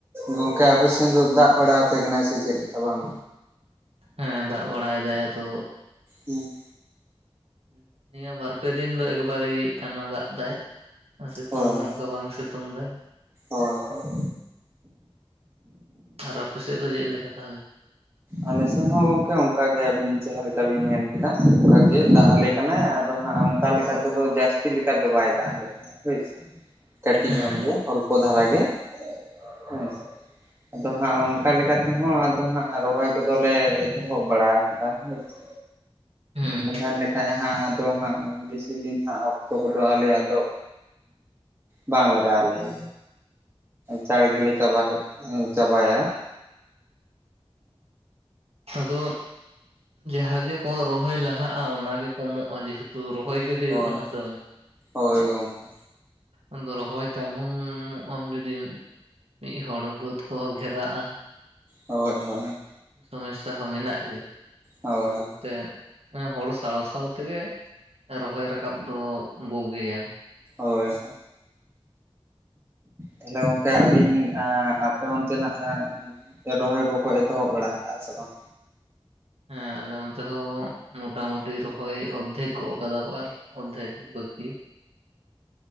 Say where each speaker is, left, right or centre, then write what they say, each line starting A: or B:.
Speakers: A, on the right; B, on the right.
A: ᱜᱚᱝᱠᱮ ᱟᱯᱮ ᱥᱮᱱ ᱫᱚ ᱫᱟᱜ ᱵᱟᱲᱟ ᱟᱯᱮ ᱠᱟᱱᱟᱭ ᱥᱮ ᱪᱮᱫ ᱞᱮᱠᱟ ᱵᱟᱝ?
B: ᱦᱮᱸ ᱫᱟᱜ ᱵᱟᱲᱟᱭᱮᱫᱟᱭ ᱟᱫᱚ
A: ᱦᱮᱸ
B: ᱦᱩᱸ ᱱᱤᱭᱟᱹ ᱵᱟᱨ ᱯᱮ ᱫᱤᱱ ᱫᱚ ᱮᱠᱵᱟᱨᱮ ᱴᱟᱱᱟ ᱫᱟᱜ ᱫᱟᱭ, ᱥᱤᱛᱩᱝ
A: ᱦᱳᱭ
B: ᱦᱚᱸ
A: ᱦᱳᱭ
B: ᱚᱝᱠᱟ ᱵᱟᱝ ᱥᱤᱛᱩᱝ ᱛᱩᱝ ᱫᱟᱭ
A: ᱦᱳᱭ ᱦᱳᱭ
B: ᱟᱨ ᱟᱯᱮ ᱥᱮᱫ ᱫᱚ ᱪᱮᱫ ᱞᱮᱠᱟ ᱛᱟᱦᱞᱮ?
A: ᱟᱞᱮ ᱥᱮᱱ ᱦᱚᱸ ᱜᱚᱝᱠᱮ ᱚᱱᱠᱟᱜᱮ ᱟᱹᱵᱤᱱ ᱡᱟᱦᱟᱸ ᱞᱮᱠᱟ ᱵᱤᱱ ᱢᱮᱱ ᱠᱮᱫᱟ ᱚᱱᱠᱟᱜᱮ ᱛᱟᱦᱞᱮ ᱠᱟᱱᱟᱭ ᱟᱫᱚ ᱦᱟᱸᱜ ᱚᱝᱠᱟ ᱞᱮᱠᱟ ᱛᱮᱫᱚ ᱡᱟᱹᱥᱛᱤ ᱞᱮᱠᱟ ᱫᱚ ᱵᱟᱭ ᱫᱟᱜ ᱟᱞᱮ ᱠᱟᱱᱟ ᱦᱳᱭᱥᱮ᱾ ᱠᱟᱹᱴᱤᱡ
B: ᱦᱮᱸ
A: ᱧᱚᱜ ᱜᱮ ᱚᱞᱯᱚ ᱫᱷᱟᱨᱟ ᱜᱮ ᱦᱮᱸ ᱥᱮ᱾ ᱟᱫᱚ ᱦᱟᱸᱜ ᱚᱝᱠᱟ
B: ᱦᱮᱸ
A: ᱞᱮᱠᱟᱛᱮᱦᱚᱸ ᱟᱫᱚ ᱦᱟᱸᱜ ᱨᱚᱦᱚᱭ ᱠᱚᱫᱚᱞᱮ ᱮᱛᱚᱦᱚᱵ ᱵᱟᱲᱟ ᱟᱠᱟᱫᱟ ᱦᱮᱸᱥᱮ
B: ᱦᱮᱸ
A: ᱟᱫᱚ ᱢᱮᱱᱞᱮᱠᱷᱟᱡ ᱦᱟᱸᱜ ᱛᱚ ᱦᱟᱸᱜ ᱵᱤᱥᱤ ᱫᱤᱱ ᱦᱟᱸᱜ ᱚᱠᱛᱚ ᱠᱚᱫᱚ ᱟᱞᱮᱭᱟᱜ ᱫᱚ ᱵᱟᱝ ᱞᱟᱜᱟᱣ ᱟᱞᱮᱭᱟ᱾ ᱪᱟᱲ ᱜᱮᱞᱮ ᱪᱟᱵᱟ ᱦᱮᱡ ᱪᱟᱵᱟᱭᱟ᱾
B: ᱟᱫᱚ ᱡᱟᱦᱟᱸ ᱜᱮᱠᱚ ᱨᱚᱦᱚᱭ ᱞᱟᱦᱟᱜᱼᱟ, ᱚᱱᱟ ᱜᱮ ᱠᱚᱢᱚᱜᱼᱟ ᱡᱮᱦᱩᱛ᱾ ᱛᱳ ᱨᱚᱦᱚᱭ ᱜᱮ ᱦᱩᱭᱩᱜᱼᱟ,
A: ᱦᱳᱭ
B: ᱦᱮᱸᱥᱮ ᱵᱟᱝ?
A: ᱦᱳᱭ ᱜᱚᱝᱠᱮ
B: ᱟᱫᱚ ᱨᱚᱦᱚᱭ ᱛᱟᱭᱱᱚᱢᱚ ᱢᱚᱜᱼᱟᱢ ᱡᱩᱫᱤ ᱢᱤᱫ ᱢᱤᱫ ᱦᱚᱲ ᱵᱟᱹᱫᱽ ᱠᱚᱦᱚ ᱜᱷᱮᱨᱟᱜᱼᱟ᱾
A: ᱦᱳᱭ ᱦᱳᱭ᱾
B: ᱥᱚᱢᱮᱥᱥᱟ ᱦᱚᱸ ᱢᱮᱱᱟᱜ ᱜᱮᱭᱟ,
A: ᱦᱳᱭ
B: ᱚᱱᱟ ᱠᱟᱨᱚᱱ ᱛᱮ ᱦᱚᱲᱳ ᱥᱟᱶ ᱥᱟᱶ ᱛᱮᱜᱮ ᱨᱚᱦᱚᱭ ᱨᱟᱠᱟᱵ ᱫᱚ ᱵᱩᱜᱤᱭᱟ᱾
A: ᱦᱳᱭ᱾ ᱛᱚᱦᱚᱞᱮ ᱜᱚᱝᱠᱮ ᱟᱹᱵᱤᱱ ᱟᱸᱜ ᱟᱯᱮ ᱚᱱᱛᱮᱱᱟᱜ ᱨᱚᱦᱚᱭ ᱠᱚᱠᱚ ᱮᱛᱚᱦᱚᱵ ᱵᱟᱲᱟ ᱟᱠᱟᱜᱼᱟ ᱥᱮ ᱵᱟᱝ?
B: ᱦᱮᱸ ᱟᱞᱮ ᱚᱱᱛᱮ ᱦᱚᱸ ᱢᱚᱴᱟ ᱢᱩᱴᱤ ᱨᱚᱦᱚᱭ ᱚᱨᱫᱷᱮᱠ ᱜᱚᱜ ᱟᱠᱟᱫᱟ ᱠᱚ ᱟᱨ ᱚᱫᱫᱷᱮᱠ ᱵᱟᱹᱠᱤ